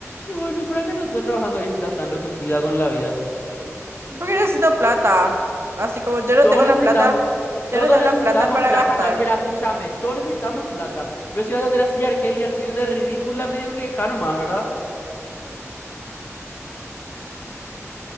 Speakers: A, on the left; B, on the right.
A: Y bueno, ¿y para qué tú estás trabajando ahí si estás tan resentida con la vida?
B: Porque necesito plata. Así como yo
A: Y
B: no
A: todos
B: tengo
A: necesitamos,
B: la plata, yo
A: todos
B: no tengo
A: necesitamos
B: la plata para
A: plata.
B: gastar.
A: No, espera, escúchame. Todos necesitamos plata. Pero si vas a hacer así, Argelia, así de ridícula, medio que deja nomás, ¿verdad?